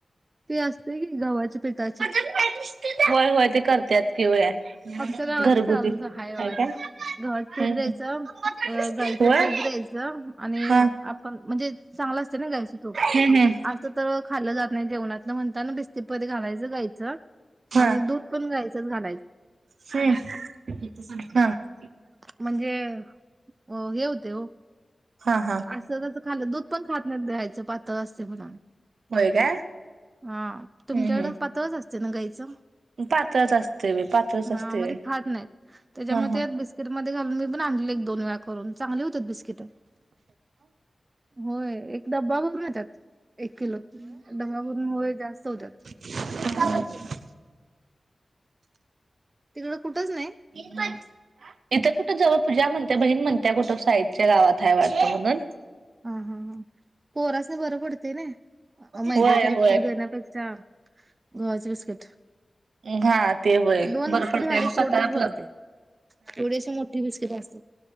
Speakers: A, on the right (about 30°); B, on the right (about 85°).
A: ते असतयं की गव्हाच्या पिठाचे.
B: व्हयं-व्हयं ते करत्यात कि व्हय
A: आमच्या गावात
B: घरगुती
A: चालूच
B: काय
A: आहे बघा
B: काय.
A: ते. गव्हाचं पिठ
B: हम्म
A: द्यायचं,
B: हम्म
A: अ गाईचं
B: होय
A: तूप द्यायचं आणि
B: हा
A: आपण म्हणजे चांगलं असतयं ना गायचं तूप
B: हम्म
A: असं त खाल्लं जात नाही जेवणा तिनं म्हणताना बिस्कीटात घालायचं गायीचं
B: हम्म
A: आणि दूध पण गायीचंच घालायचं.
B: छे किती सांगण्या बग
A: म्हणजे हे हुतयं हो
B: हा हा
A: असं तस खाल्लं दूध पण खात नाही दह्याचं पातळ असतयं म्हणून.
B: व्हय काय.
A: हा..
B: हम्म
A: तुमच्याकडं
B: हम्म
A: पातळच असतय ना गाईचं?
B: पातळच असते पातळच
A: हा
B: असते
A: म ते खात नाहीत त्याच्यामध्ये
B: हा हा.
A: बि स्कीटमध्ये घालून मी पणं आणलेलं एक -दोन वेळा करून चांगली होत्यात बिस्किटं. होय एक डब्बावर होत्यात. एक किलोत, डबा भरून होय जास्त होत्यात.
B: <unintelligible>
A: तिकडं कुठंच नाही.
B: नीट बस इथं कुठं जवळ पूजा म्हणत्या, बहीण म्हणत्या कुठं साइटच्या गावात हाय वाटतं म्हणून.
A: हा. हा. हा. पोरासनी बरं पडतंय नाई मैद्याचे
B: होय
A: बिस्किट
B: होय
A: देण्यापेक्षा गव्हाचं बिस्किट.
B: हा ते होय
A: दोन
B: बरं
A: बिस्किटं
B: पडतय
A: खाल्ली
B: आणि
A: की
B: स्वतः
A: पोटचं
B: आपलं
A: भरतयं. एवढीशी मोठी बिस्किटं असत्यात.